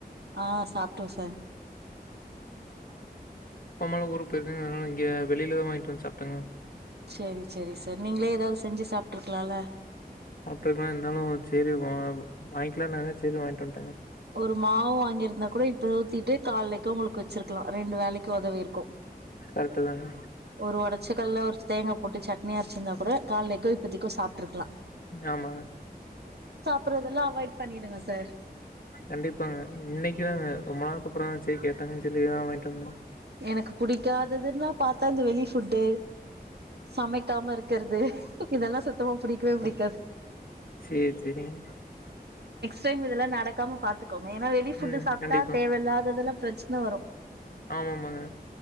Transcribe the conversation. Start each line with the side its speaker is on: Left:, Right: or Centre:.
Right: ஆ சாப்டோ சார்
Left: அப்பம்மாள்ளா ஊருக்கு போயிட்டாங்க அதனால இங்க வெளிவே வாங்ட்வந்து சாப்டேங்கே
Right: செரி செரி சார் நீங்களே ஏதாது செஞ்சி சாப்ட்ருக் கலால
Left: சாப்டுருக்கலா இருந்தாலு சரி வா வாங்கிலானாங்க சரி வாயின்ட் வந்டே
Right: ஒரு மாவு வாங்கியிருந்தா கூட இப்ப ஊத்திட்டு கால்லைக்கு உங்களுக்கு வச்சிருக்கலா ரெண்டு வேலைக்கு உதவிருக்கு
Left: கரெக்ட்டு தாங்க
Right: ஒரு ஒடச் சக்கல்ல ஒரு தேங்கா போட்டு சட்னி அரச்சிருந்தா கூட கால்லைக்கோ இப்பத்திகொ சாப்டுருக்கலா
Left: ஆமா
Right: அப்புறோ இதெல்லா அவாய்ட் பண்ணிடுங்க சார்
Left: கண்டிப்பாங்க இன்னைக்கு தாங்க ரொம்ப நாள்க்கு அப்புறோ சரி கேட்டாங்கனு செர்ய வாய்ண்டு வந்தே
Right: எனக்கு புடிக்காததுன்னா பாத்தா இந்த வெளி ஃபுட்டு சமைக்காம இருக்கிறது இதெல்லா சுத்தமா புடிக்கவே புடிக் <unintelligible>
Left: சேர் செரிங்
Right: நெக்ஸ் டைம் இதெல்லா நடக்காம பாத்துக் ஏன்னா வெளிஃபுட்டு்
Left: ம்
Right: சாப்ட்டா
Left: கண்டிப்பா
Right: தேவயில்லாததெல்லா பிரச்சன வரு
Left: ஆமாமாங்க